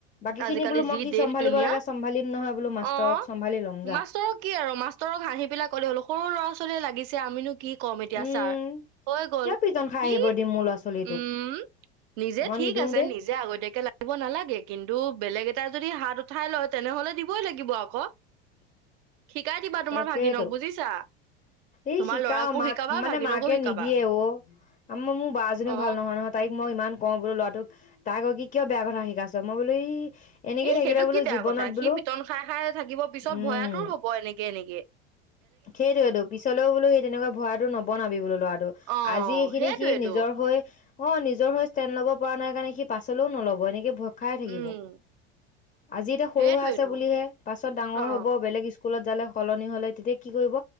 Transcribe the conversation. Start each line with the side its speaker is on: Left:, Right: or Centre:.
Left: বাকীখিনি
Right: আজিকালি
Left: বোলো মই
Right: যি
Left: কি
Right: দেশ
Left: চম্ভালিব
Right: দুুনীয়া
Left: লাগে
Right: অ
Left: চম্ভালিম নহয় বোলো মাষ্টৰক চম্ভালি ল'ম যা
Right: মাষ্টৰক কি আৰু মাষ্টৰক হাঁহি পেলাই কলো সৰু ল'ৰা ছোৱালীয়ে লাগি ছে আমিনো কি ক'ম এতিয়া
Left: উম
Right: ছাৰ হৈ গল
Left: কিয় পিটন খাই আহিব
Right: ই
Left: দিম মোৰ ল'ৰা ছোৱালীটোক
Right: উম নিজে
Left: মই
Right: ঠিক
Left: নিদিওঁ
Right: আছে
Left: দেই
Right: নিজে আগতীয়াকে এক লাগিব নালাগে কিন্তু বেলেগ এটাই যদি হাত উঠাই লয় তেনেহলে দিবই লাগিব আকৌ
Left: <inaudible>
Right: শিকাই দিবা তোমাৰ
Left: তাকেইতো
Right: ভাগিনক বুজিছা।
Left: এই
Right: তোমাৰ
Left: শিকা
Right: ল'ৰাকো
Left: মাক
Right: শিকাবা
Left: মানে
Right: ভাগিনকো
Left: মাকে
Right: শিকাবা
Left: নিদিয়ে অ আ মই মোৰ বাজনীও
Right: অ
Left: ভাল নহয় নহয় তাইক মই ইমান কওঁ বোলো ল'ৰাটোক তাইক কি কিয় বেয়া কথা শিকাইছ মই বোলো ই এনেকে
Right: এ
Left: থাকিলে
Right: সেইটো
Left: বোলো
Right: কি বেয়া
Left: জীৱনত
Right: কথা সি
Left: বোলো
Right: পিটন খাই খাই থাকিব পিছত
Left: উম
Right: ভয়াতুৰ হ'ব এনেকে এ কে।
Left: সেইটোৱেতো পিছলেও বোলো সেই তেনেকোৱা ভয়াতুৰ নবনাবি বোলো ল'ৰাটো
Right: অ
Left: আজি এইখিনি
Right: সেইটোৱেতো
Left: সি নিজৰ হৈ অ নিজৰ হৈ ষ্টেণ্ড ল'ব পৰা নাই কাৰণে সি পাছলৈও নলব এনেকে ভয় খাই থাকিব।
Right: উম
Left: আজি এতিয়া সৰু
Right: সেইটোৱেতো
Left: হৈ আছে বুলিহে পাছত ডাঙৰ
Right: অ
Left: হব বেলেগ স্কুলত যালে সলনি হলে তেতিয়া কি কৰিব